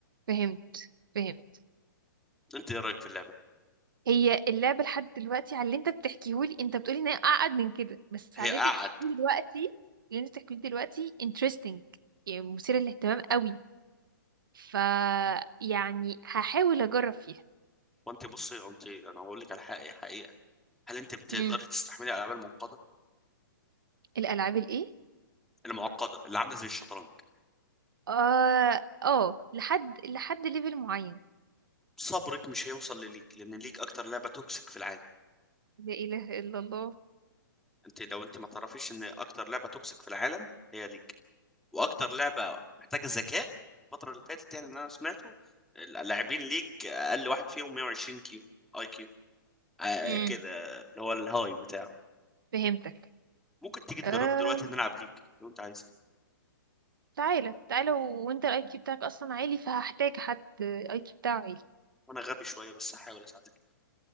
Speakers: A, on the right (about 75°); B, in the centre.
A: فهمت فهمت
B: انت ايه رايك في اللعبه
A: هي اللعبة لحد دلوقتي على اللي انت بتحكيهولي انت بتقولي ان هي اعقد من كده بس
B: هي
A: على اللي
B: قعد
A: انت بتحكيهولي دلوقتي اللي انت بتحكيهولي دلوقتي interesting يعني مثير للاهتمام قوي ف يعني هحاول اجرب فيها
B: وانت بصي انت انا هقول لك على حقيقه حقيقه هل انت بتقدري
A: مم.
B: تستحملي الالعاب المعقده
A: الالعاب الايه
B: المعقده اللي عامله زي الشطرنج
A: اه اه لحد لحد ليفل معين
B: صبرك مش هيوصل لليك لان ليك اكتر لعبه توكسيك في العالم
A: لا اله الا الله
B: انت لو انت ما تعرفيش ان اكتر لعبه توكسيك في العالم هي ليج واكتر لعبه محتاجه ذكاء الفتره اللي فاتت يعني اللي انا سمعته اللاعبين ليج اقل واحد فيهم 120 كيو اي كيو آه
A: مم.
B: كده اللي هو الهاي بتاعه
A: فهمتك
B: ممكن تيجي تجربي
A: آه
B: دلوقتي نلعب ليج لو انت عايز
A: تعالى تعالى و- وانت الاي كيو بتاعك اصلا عالي فهحتاج حد اي كيو بتاعه عالي
B: وانا غبي شويه بس هحاول اساعدك